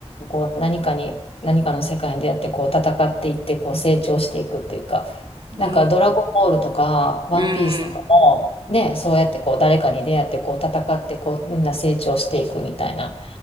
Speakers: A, on the left; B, on the right.
A: こう、何かに、何かの世界に出会って、こう、戦っていって、こう、成長していくっていうか、
B: うん。
A: なんか、
B: うん。
A: ドラゴンボールとか、ワンピースとかも、
B: うん。
A: ね、そうやって、こう、誰かに出会って、こう、戦って、こう、みんな成長していくみたいな。